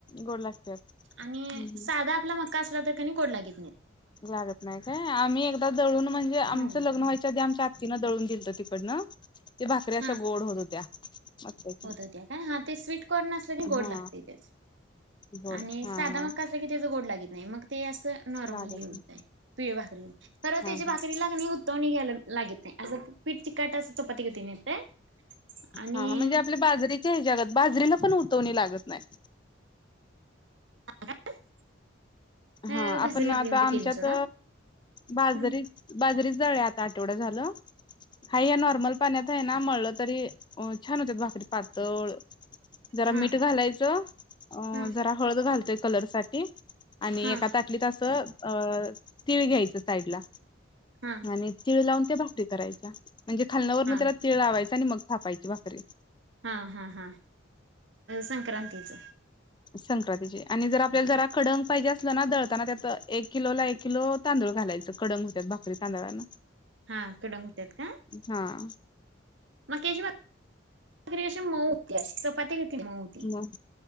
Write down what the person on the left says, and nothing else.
गोड लागत्यात.
हम्म
लागत नाही काय आम्ही एकदा जवळून म्हणजे आमचं
लग्न व्हायच तर त्या आमच्या आत्तीनं दळून दिलंत तिकडनं ते भाकरी अशा
गोड होत होत्या. मक्याच्या.
हा
गोड
हा
हा
लागत नाही
हा
हा
हा म्हणजे आपल्या बाजरीच्या ह्याच्यागत बाजरीला पण उतवणी लागत नाही.
हा
आपण आता
आमच्यात
बाजरी
बाजरीच झालंय आता आठवडा झालं हा या नॉर्मल पाण्यात. ते आहे ना मळलं तरी अ छान होत भाकरी पातळ. जरा
मीठ घालायचं अ
जरा हळद घालते कलर साठी. आणि
एका ताटलीत असं अ तीळ घ्यायचं साईडला
आणि तिळ लावून त्या भाकरी करायच्या म्हणजे खालना वरण
त्याला तिळ लावायचा आणि मग थापायची भाकरी.
संक्रांतीचे आणि जर आपल्याला जरा खडंग पाहिजे असलं ना दळताना त्यात एक किलोला एक किलो तांदूळ घालायचं कडंग होत भाकरी तांदळांन.
हा.
मग